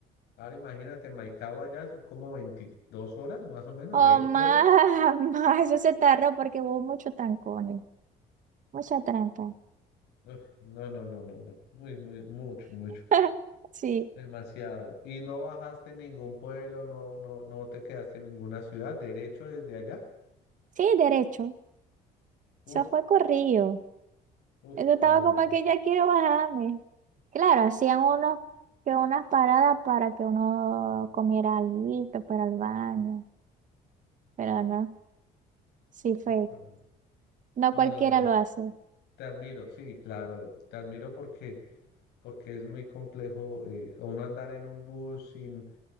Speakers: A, on the left; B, on the right.
A: Ahora imagínate, Maicao allá son como 22 horas, más o menos,
B: Oh,
A: 20
B: <laughs> más,
A: horas.
B: más, eso se tarda porque hubo mucho tancones mucha tranca.
A: Uf, no, no, no, no, no, muy, muy, mucho, mucho,
B: <laughs> Sí,
A: demasiado. Y no bajaste en ningún pueblo, no, no, no te quedaste en ninguna ciudad, derecho desde allá.
B: sí, derecho.
A: Uf,
B: Eso fue corrido.
A: uf,
B: Eso estaba
A: no,
B: como
A: no, no,
B: que ya quiero bajarme. Claro, hacían unos, que unas paradas para que uno comiera algo para el baño, pero no, sí fue.
A: uf, no,
B: No
A: no,
B: cualquiera
A: no, no,
B: lo hace.
A: te admiro, sí, claro, te admiro porque... porque es muy complejo eh, uno andar en un bus sin...